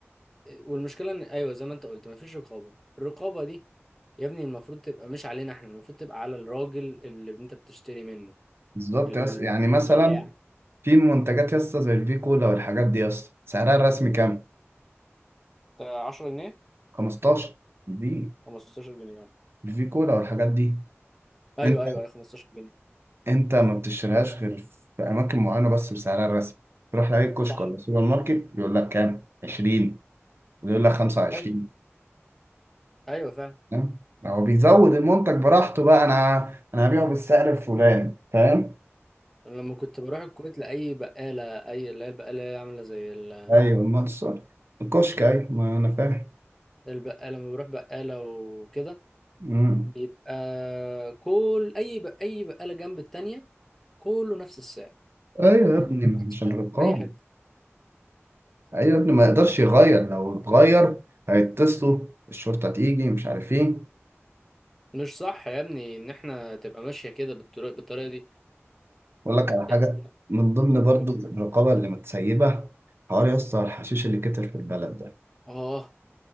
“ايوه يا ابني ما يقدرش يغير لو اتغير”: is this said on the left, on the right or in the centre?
Right